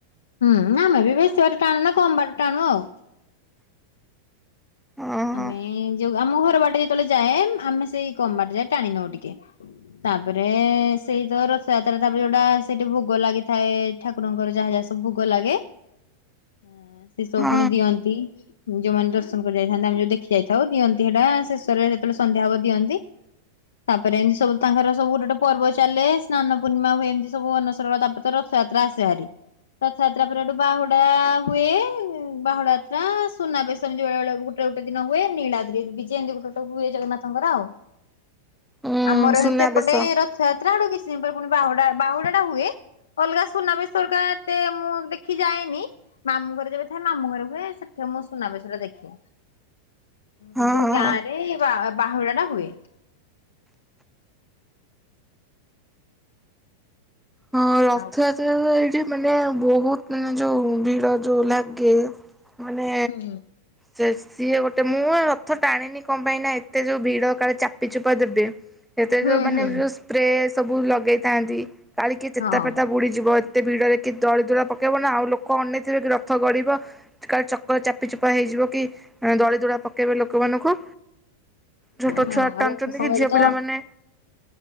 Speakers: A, on the left; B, in the centre.
A: ହୁଁ ଆମେ ବି ବେଶୀ ଜୋରେ ଟାନୁ ନା କମ୍ ବାଟ ଟାଣୁ ଆଉ।
B: ହଁ ହଁ
A: ଆମେ ଯୋଉ ଆମ ଘର ବାଟେ ଯେତେବେଳେ ଯାଏ ଆମେ ସେଇ କମ୍ ବାଟ ଯାଏ ଟାଣ ନଉ ଟିକେ। ତାପରେ ସେଇ ଡୋର ସେଇଆ ତାର ତାପରେ ଯୋଉଟା ସେଇଠି ଭୋଗ ଲାଗିଥାଏ ଠାକୁରଙ୍କର ଯାହା ଯାହା ସବୁ ଭୋଗ ଲାଗେ ହଁ ସେ ସବୁ
B: ହଁ
A: ପୁଣି ଦିଅନ୍ତି। ଯୋଉମାନେ ଦର୍ଶନ କରିଯା ଯାଆନ୍ତି ଆମେ ଯୋଉ ଦେଖି ଯାଇଥାଉ ଦିଅନ୍ତି ସେଟା ଶେଷରେ ଯେତେବେଳେ ସନ୍ଧ୍ୟା ହବ ଦିଅନ୍ତି ତାପରେ ଏମିତି ସବୁ ତାଙ୍କର ସବୁ ଗୋଟେ ଗୋଟେ ପର୍ବ ଚାଲେ ସ୍ନାନ ପୂର୍ଣ୍ଣିମା ହୁଏ ଏମତି ସବୁ ଅନସର ତାପରେ ତ ରଥଯାତ୍ରା ଆସେ ଭାରି ରଥଯାତ୍ରା ପରେ ସେଠୁ ବାହୁଡା ହୁଏ ବାହୁଡ ଯାତ୍ରା ସୁନାବେଶ ଏମିତି ବେଳେବେଳେ ଗୋ ଗୋଟ ଗୋଟେ ଦିନ ହୁଏ ନୀଳାଦ୍ରି ବିଜେ ଏମିତି ଗୋଟେ ଗୋଟେ ହୁଏ ଜଗନ୍ନାଥଙ୍କର ଆଉ।
B: ଉଁ
A: ଆମର
B: ସୁନାବେଶ
A: ଏତେ ଏପଟେ ରଥଯାତ୍ରା ଆଡୁ କିଛି କିଛି ଦିନପରେ ପୁଣି ବାହୁଡା ବାହୁଡା ଟା ହୁଏ ଅଲଗା ସୁନାବେଶହେରିକା ଏତେ ମୁଁ ଦେଖି ଯାଏନି ମାମୁଁ ଘରେ ଯେବେ ଥାଏ ମାମୁଁ ଘରେ ହୁଏ ସେଠି ମୁଁ ସୁନାବେଶ ଟା ଦେଖେ।
B: ହଁ
A: କିନ୍ତୁ
B: ହଁ।
A: ଗାଁରେ ବା ବାହୁଡ଼ା ଟା ହୁଏ।
B: ହଁ ରଥଯାତ୍ରା
A: ଆଉ
B: ହୁଏ ଏଇଠି। ମାନେ ବହୁତ ମାନେ ଯୋଉ ଭିଡ ଯୋଉ ଲାଗେ ମାନେ
A: ହୁଁ।
B: ସେ ସିଏ ଗୋଟେ ମୁଁ ରଥ ଟାଣିନି କଣ ପାଇଁ ନା ଏତେ ଯୋଉ ଭିଡ କାଳେ ଚାପି ଚୁପା ଦେବେ। ସେତେରେ
A: ହୁଁ
B: ଯୋଉ ମାନେ
A: ହୁଁ
B: ଯୋଉ ସ୍ପ୍ରେ ସବୁ ଲଗେଇଥାନ୍ତି। କାଳେ କିଏ ଚେତା
A: ହଁ
B: ଫେତା ବୁଡ଼ିଯିବ। ଏତେ ଭିଡରେ କି ଦଳି ଦୁଳା ପକେଇବ ନା ଆଉ ଲୋକ ଅନେଇଥିବେ କି ରଥ ଗଡିବ କା ଚକ ଚାପି ଚୁପା ହେଇଯିବ କି ଦଳି ଦୁଳା ପକେଇବେ ଲୋକମାନଙ୍କୁ। ଛୋଟ
A: ହଁ
B: ଛୁଆ ଟାଣୁଛନ୍ତି
A: ରଥ ସମୟରେ
B: କି ଝିଅ
A: ତ
B: ପିଲାମାନେ